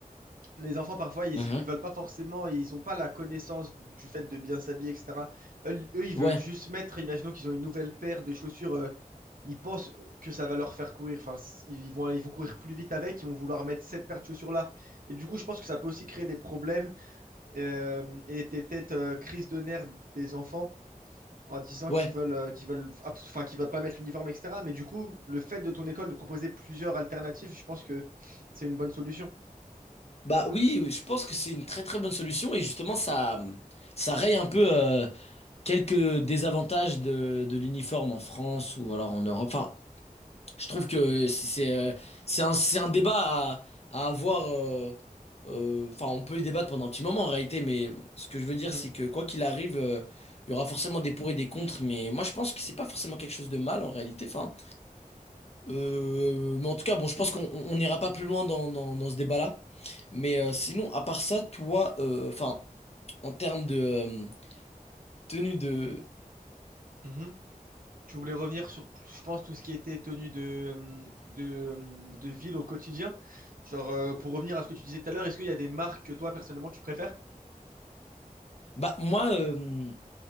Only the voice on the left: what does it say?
Mhm.
Ouais,
ouais.
Bah oui, oui, je pense que c'est une très très bonne solution et justement, ça, ça raye un peu euh, quelques désavantages de, de l'uniforme en France ou alors en Europe. Enfin, Je trouve que c'est c'est, euh, c'est un, c'est un débat à, à avoir. euh, euh, Enfin, on peut y débattre pendant un petit moment en réalité, mais ce que je veux dire,
c'est que quoi qu'il arrive, euh, il y aura forcément des pour et des contre. Mais moi, je pense que c'est pas forcément quelque chose de mal en réalité. Enfin, euh, mais en tout cas, bon, je pense qu'on on- on n'ira pas plus loin dans, dans, dans ce débat-là. Mais euh, sinon, à part ça, toi, euh, enfin, en termes de euh, tenue de.
Bah, moi, euh,